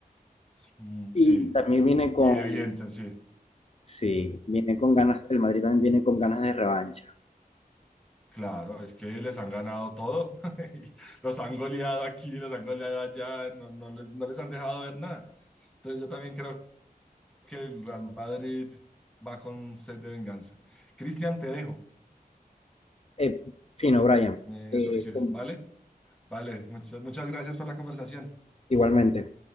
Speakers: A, in the centre; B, on the left.
A: mm,
B: Y
A: sí,
B: también viene con,
A: y evidente, sí,
B: sí, viene con ganas, el Madrid también viene con ganas de revancha.
A: claro, es que les han ganado todo, <laughs> y los han goleado aquí, los han goleado allá, no, no les, no les han dejado ver nada. Entonces yo también creo que el Real Madrid va con sed de venganza. Cristian, te dejo.
B: Eh, fino, Brian.
A: Me
B: Eh,
A: surgió,
B: com-
A: ¿vale? Vale, muchas, muchas gracias por la conversación.
B: igualmente.